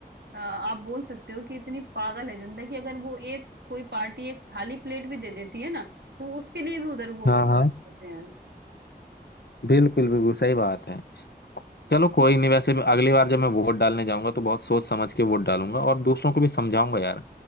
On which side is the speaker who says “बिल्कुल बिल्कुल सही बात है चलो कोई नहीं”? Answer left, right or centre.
Left